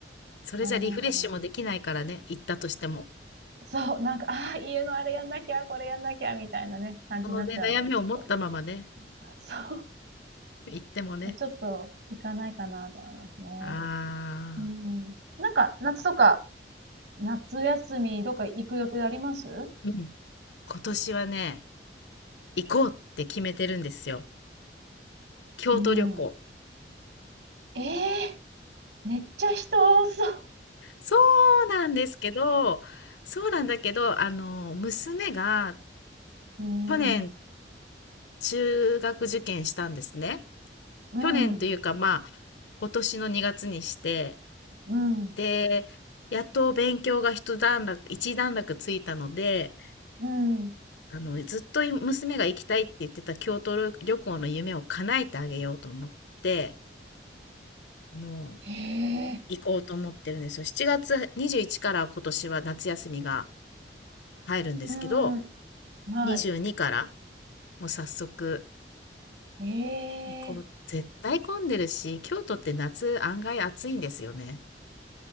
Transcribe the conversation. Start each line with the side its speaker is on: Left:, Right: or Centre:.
Left: それじゃリフレッシュもできないからね、
Right: あれないかな。
Left: 行ったとしても。
Right: そう、なんか、ああ、家のあれやんなきゃ、これやんなきゃ、みたいなね、感じになっちゃうの、
Left: そのね、悩みを持ったままね、
Right: ちょっと。<laughs> そ
Left: 行ってもね。
Right: う。ちょっと、行かないかなと思いますね。
Left: ああ、
Right: うん。なんか、夏とか、夏休み、どっか行く予定あります
Left: うん。今年はね、行こうって決めてるんですよ。京都旅行。
Right: うん。ええー、めっちゃ人多そ
Left: そうなんですけどそうなんだけど、あの、娘が
Right: う。う
Left: 去年
Right: ん。
Left: 中学受験したんですね。
Right: うん。
Left: 去年というか、まあ、今年の2月にして、
Right: うん。
Left: で、やっと勉強が一段落、一段落ついたので、
Right: うん。
Left: あの、ずっとい娘が行きたいって言ってた京都旅旅行の夢を叶えてあげようと思って、あの、
Right: へえ。
Left: 行こうと思ってるんですよ。7月21から今年は夏休みが入るんですけど、
Right: うん。はい。
Left: 22からもう早速
Right: ええー、
Left: 行こう。絶対混んでるし、京都って夏案外暑いんですよね。